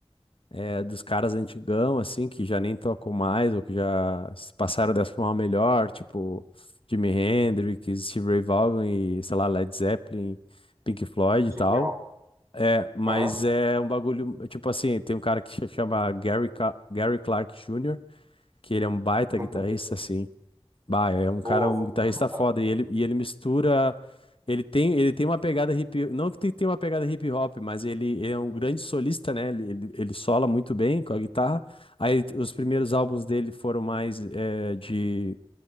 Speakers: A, on the left; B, on the right.
A: eh, dos caras antigão assim que já nem tocam mais ou que já se passaram dessa forma melhor, tipo Jimi Hendrix, Steve Ray Vaughan e sei lá Led Zeppelin, Pink Floyd e
B: Genial.
A: tal. É, mas
B: Aham,
A: é um bagulho, tipo assim, tem um cara que se chama Gary, Ca- Gary Clark Jr., que ele é um baita
B: não
A: guitarrista,
B: conheço.
A: assim, Bah, é um cara,
B: Vou,
A: um
B: vou
A: guitarrista
B: anotar.
A: foda. E ele, e ele mistura. Ele tem, ele tem uma pegada hip. Não que tem tem uma pegada hip hop, mas ele, ele é um grande solista, né? Ele, ele, ele sola muito bem com a guitarra. Aí os primeiros álbuns dele foram mais eh, de.